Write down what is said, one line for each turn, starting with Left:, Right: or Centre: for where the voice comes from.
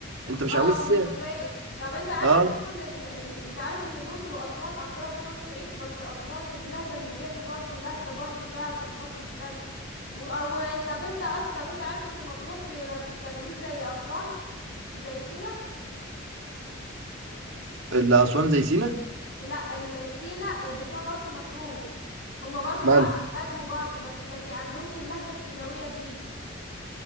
Right: انت مش
Left: اه
Right: عاوز
Left: والمنوفية
Right: ساعة.
Left: طب انت عارف
Right: اه
Left: اصلا ال... ال... انت عارف ان الاقصر واسوان اكترها بتوع الصعيد بس اسوان اللهجة النوبية دي برضو لهجة برضو فيها ثقافات مختلفة و... آه، و... طب انت اصلا طب انت عارف ان مطروح ب... ما بيتكلموش زي اسوان زي سينا
Right: اللي اسوان زي سينا
Left: لا ال... سينا بتوع مرسى مطروح هما برضو
Right: ماله
Left: عرب بدو برضو بس ما بي عندهمش اللهجة السيناوية دي